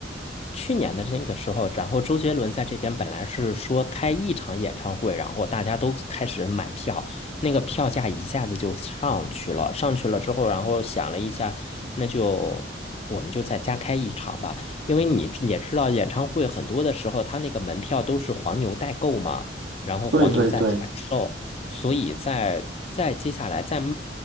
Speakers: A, on the left; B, on the right.
A: 去年的那个时候，然后周杰伦在这边本来是说开一场演唱会，然后大家都开始买票，那个票价一下子就上去了。上去了之后，然后想了一下，那就我们就再加开一场吧，因为你也知道，演唱会很多的时候，他那个门票都是黄牛代购嘛，然后黄牛在转售。
B: 对对对，
A: 所以在在接下来在卖